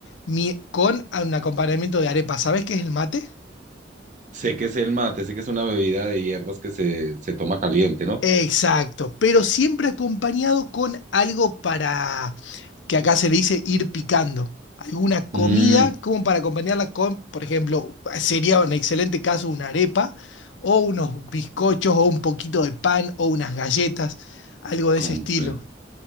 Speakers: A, on the left; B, on the right.
A: mi- con un acompañamiento de arepa. ¿Sabés qué es el mate?
B: sé que es el mate, sé que es una bebida de hierbas que se, se toma caliente, ¿no?
A: Exacto, pero siempre acompañado con algo para, que acá se le dice ir picando, alguna comida
B: Mmm,
A: como para acompañarla con, por ejemplo, sería un excelente caso una arepa o unos bizcochos o un poquito de pan o unas galletas, algo de
B: comprendo.
A: ese estilo.